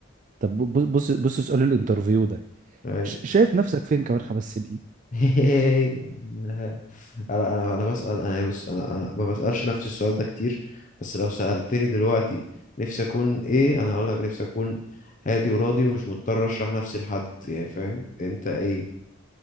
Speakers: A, on the right (about 40°); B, on the left (about 40°).
A: طب بص بص بص سؤال الانترفيو ده
B: أيوة.
A: ش- شايف نفسك فين كمان خمس سنين
B: <laughs> لا. انا انا انا بسأل انا يعني بص انا انا ما بسألش نفسي السؤال ده كتير بس لو سألتني دلوقتي نفسي اكون ايه انا هقول لك نفسي اكون هادي وراضي ومش مضطر اشرح نفسي لحد يعني فاهم انت ايه